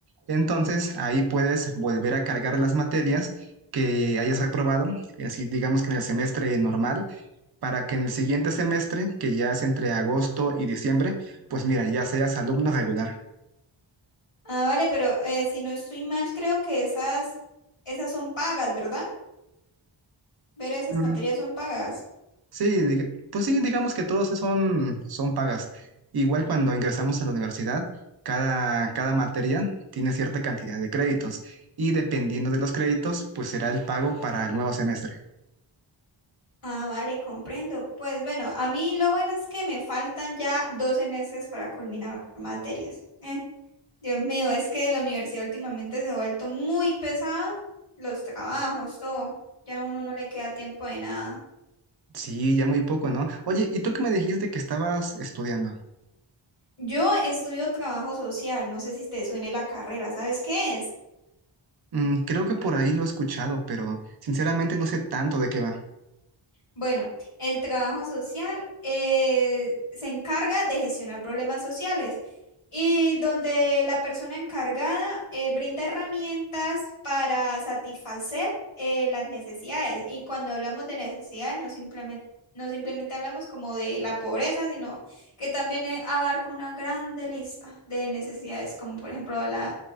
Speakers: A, on the right; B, on the left.
A: Entonces, ahí puedes volver a cargar las materias que hayas reprobado, y así digamos que en el semestre normal, para que en el siguiente semestre, que ya es entre agosto y diciembre, pues mira, ya seas alumno regular.
B: Ah, vale, pero eh, si no estoy mal, creo que esas, esas son pagas, ¿verdad? Ver esas
A: Mm,
B: materias son pagas.
A: sí, diga- pues sí, digamos que todos son, son pagas. Igual cuando ingresamos a la universidad, cada, cada materia tiene cierta cantidad de créditos y dependiendo de los créditos, pues será el pago para el nuevo semestre.
B: Ah, vale, comprendo. Pues bueno, a mí lo bueno es que me faltan ya 12 meses para culminar materias. Eh, Dios mío, es que la universidad últimamente se ha vuelto muy pesada, los trabajos, todo. Ya a uno no le queda tiempo de nada.
A: Sí, ya muy poco, ¿no? Oye, ¿y tú qué me dijiste que estabas estudiando?
B: Yo estudio trabajo social, no sé si te suene la carrera, ¿sabes qué es?
A: Mm, creo que por ahí lo he escuchado, pero sinceramente no sé tanto de qué va.
B: Bueno, el trabajo social eh, se encarga de gestionar problemas sociales. y donde la persona encargada eh, brinda herramientas para satisfacer eh, las necesidades. Y cuando hablamos de necesidades, no simplemente, no simplemente hablamos como de la pobreza, sino que también eh, abarca una grande lista de necesidades, como por ejemplo la,